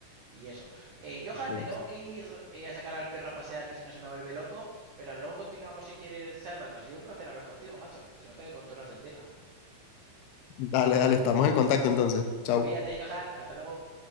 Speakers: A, on the right; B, on the left.
A: Y eso. Eh, Johan,
B: Sí,
A: me tengo
B: sí.
A: que ir eh, a sacar al perro a pasear, que si no se me vuelve loco. Pero luego continuamos si quieres charlando. Ha sido un placer hablar contigo, macho. Se nota que controlas el tema.
B: Dale, dale, estamos en contacto entonces. Chao.
A: Cuídate, Johan. Hasta luego.